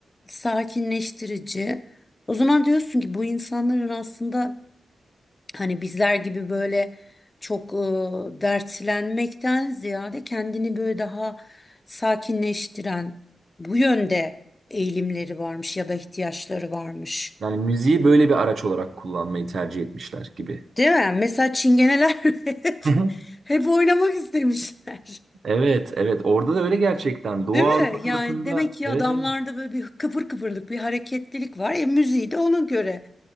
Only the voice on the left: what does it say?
sakinleştirici. O zaman diyorsun ki bu insanların aslında hani bizler gibi böyle çok e, dertlenmekten ziyade kendini böyle daha sakinleştiren bu yönde eğilimleri varmış ya da ihtiyaçları varmış.
Değil mi? Mesela çingeneler <laughs> hep,
hep oynamak istemişler.
<laughs>
Değil mi?
Yani demek ki
adamlarda
böyle bir kıpır kıpırlık, bir hareketlilik var. E müziği de ona göre.